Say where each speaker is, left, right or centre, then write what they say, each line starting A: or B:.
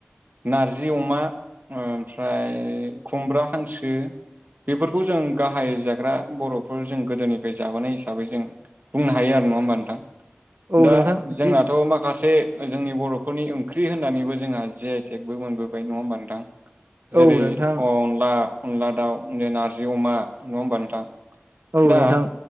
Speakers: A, on the right; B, on the right.
A: नारजि अमा ओमफ्राय खुमब्रा हांसो बेफोरखौ जों गाहाय जाग्रा बर'फोर जों गोदोनिफ्राय जाबोनाय हिसाबै जों बुंनो हायो आरो नङा होमबा नोंथां
B: औ
A: दा
B: नोंथां
A: जोंनाथ'
B: जि
A: माखासे जोंनि बर' फोरनि ओंख्रि होननानैबो जोंहा जिे आइ टेकबो मोनबोबाय नङा होमबा नोंथां। जेरै
B: औ नोंथां
A: अ अनला अनला दाउ नारजि अमा नङा होमबा नोंथां।
B: औ
A: दा
B: नोंथां